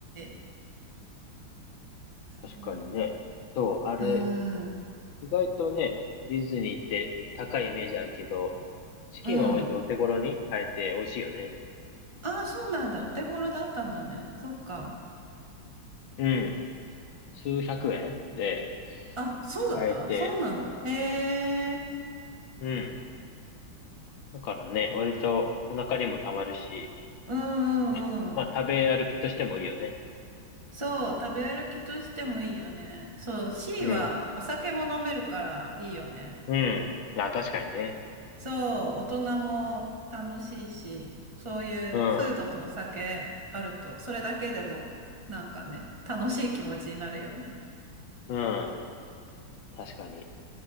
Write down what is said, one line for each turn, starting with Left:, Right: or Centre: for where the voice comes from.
Right: い。そう。
Left: 確かにね。そう、あれ、
Right: うん。
Left: 意外とね、ディズニーって高いイメージあるけど、チキンは割とお手頃に買えて美味しいよね。
Right: うん。ああ、そうなんだ。お手頃だったんだね。そっか。
Left: うん。数百円で
Right: あ、そうだったそうなんだ。
Left: 買えて、
Right: へえ。
Left: うん。だからね、割とお腹にもたまるし、
Right: うんうんうん。
Left: ね。まあ食べ歩きとしてもいいよね。
Right: そう、食べ歩きとしてもいいよね。そう、C
Left: うん。
Right: はお酒も飲めるからいいよね。
Left: うん。あ、確かにね。
Right: そう、大人も楽しいし、そういうフードとお酒あると、
Left: うん。
Right: それだけでもなんかね、楽しい気持ちになるよね。
Left: うん。確かに。